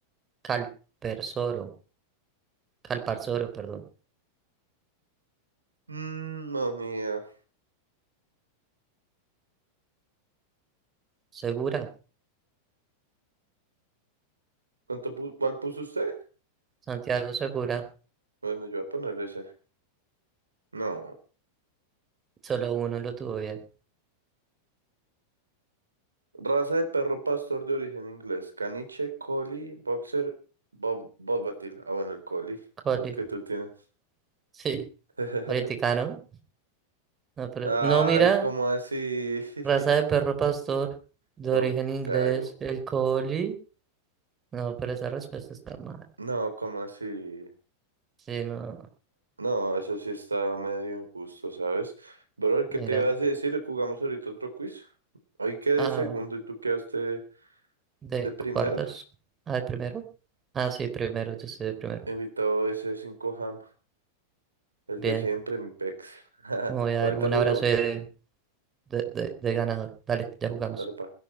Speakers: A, on the right; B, on the right.
A: Calpersoro, Calparsoro, perdón.
B: Mm, no, ni idea.
A: Segura,
B: ¿Cuánto pu- ¿Cuál puso usted?
A: Santiago Segura,
B: Bueno, yo voy a poner ese. No.
A: solo uno lo tuvo bien.
B: Raza de perro pastor de origen inglés. Caniche, collie, boxer, bob, Bobbatil. Ah, bueno, el collie.
A: Coli,
B: El que tú tienes.
A: <laughs> sí,
B: <laughs>
A: ahorita no, no, pero,
B: Ay,
A: no, mira,
B: ¿cómo así? <laughs>
A: raza de perro pastor de
B: Bobtail.
A: origen inglés, el collie. No, pero esa respuesta está mal.
B: No, ¿cómo así?
A: Sí, no,
B: No, eso sí está medio injusto, ¿sabes? Bro, ¿qué
A: mira.
B: te vas a decir? Jugamos ahorita otro quiz. Hoy quedé
A: Ah,
B: segundo y tú quedaste
A: de
B: de primero.
A: cuartos. Ah, de primero. Ah, sí, primero, yo soy de primero.
B: Invitado ese 5 ham. El
A: Bien,
B: de siempre, mi pex. <laughs>
A: me voy a
B: Ahorita
A: dar un
B: jugamos.
A: abrazo de, de, de, de ganador. Dale, ya jugamos.
B: Dale, pa.